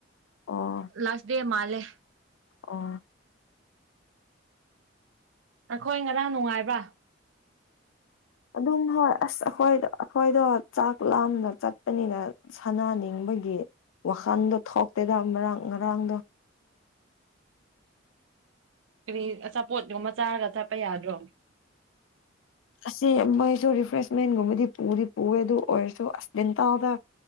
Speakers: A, on the left (about 80°); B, on the right (about 75°).
A: ꯑꯣ
B: ꯂꯥꯁ ꯗꯦ ꯃꯥꯜꯂꯦ
A: ꯑꯣ
B: ꯅꯈꯣꯏ ꯉꯔꯥꯡ ꯅꯨꯡꯉꯥꯏꯕ꯭ꯔꯥ
A: ꯑꯗꯨꯝ ꯍꯣꯏ ꯑꯁ ꯑꯩꯈꯣꯏ ꯑꯩꯈꯣꯏꯗꯣ ꯆꯥꯛ ꯂꯥꯝꯅ ꯆꯠꯄꯅꯤꯅ ꯁꯥꯟꯅꯅꯤꯡꯕ ꯑꯩꯈꯣꯏꯒꯤ ꯋꯥꯈꯜꯗꯣ ꯊꯣꯛꯇꯦꯗ ꯃꯔꯥꯡ ꯉꯔꯥꯡꯗꯣ
B: ꯀꯔꯤ ꯑꯆꯥꯄꯣꯠ ꯌꯣꯃ ꯆꯥꯔꯒ ꯆꯠꯄ ꯌꯥꯗ꯭ꯔꯣ
A: ꯑꯁꯤ ꯃꯣꯏꯁꯨ ꯔꯤꯐ꯭ꯔꯦꯁꯃꯦꯟꯨ ꯒꯨꯝꯃꯗꯤ ꯄꯨꯔꯤ ꯄꯨꯔꯦ ꯑꯗꯨ ꯑꯣꯏꯔꯁꯨꯣ ꯑꯁꯟ ꯇꯗ